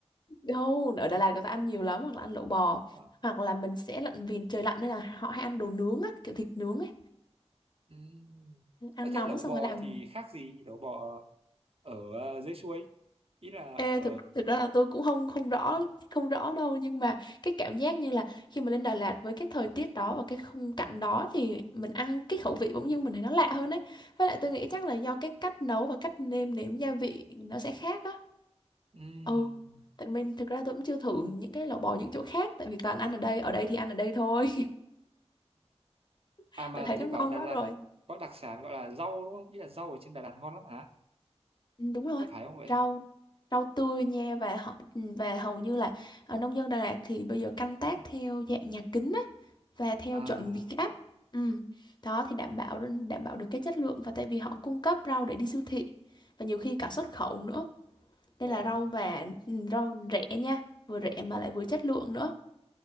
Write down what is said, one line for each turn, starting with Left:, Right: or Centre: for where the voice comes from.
Left: đâu ở Đà Lạt người ta ăn nhiều lắm hoặc là ăn lẩu bò
Right: à,
Left: hoặc là mình sẽ lặn vì trời lạnh nên là họ hay ăn đồ nướng á kiểu thịt nướng ấy
Right: ừm.
Left: ăn
Right: Ờ, thế
Left: nóng
Right: lẩu
Left: xong
Right: bò
Left: rồi làm
Right: thì khác gì lẩu bò ở ờ, dưới suối ý là
Left: Ê,
Right: ở
Left: thực thực ra là tôi cũng không không rõ không rõ đâu nhưng mà cái cảm giác như là khi mà lên Đà Lạt với cái thời tiết đó và cái khung cảnh đó thì mình ăn cái khẩu vị bỗng nhiên mình thấy nó lạ hơn ấy với lại tôi nghĩ chắc là do cái cách nấu và cách nêm nếm gia vị nó sẽ khác á
Right: ừm.
Left: ừ tại mình thực ra tôi cũng chưa thử những cái lẩu bò những chỗ khác tại vì toàn ăn ở đây ở đây thì ăn ở đây thôi <laughs>
Right: à mà
Left: tôi thấy
Right: thế
Left: nó
Right: bảo
Left: ngon
Right: Đà
Left: quá
Right: Lạt
Left: rồi
Right: có đặc sản gọi là rau đúng không ý là rau ở trên Đà Lạt ngon lắm hả
Left: ừ, đúng rồi
Right: có phải không vậy
Left: rau rau tươi nha và họ ừ, và hầu như là ở nông dân Đà Lạt thì bây giờ canh tác theo dạng nhà kính và theo
Right: à
Left: chuẩn Việt Gáp ừ. đó thì đảm bảo đảm bảo được cái chất lượng và tại vì họ cung cấp rau để đi siêu thị và nhiều khi cả xuất khẩu nữa nên
Right: ồ
Left: là rau và ừ, rau rẻ nha vừa rẻ mà lại vừa chất lượng nữa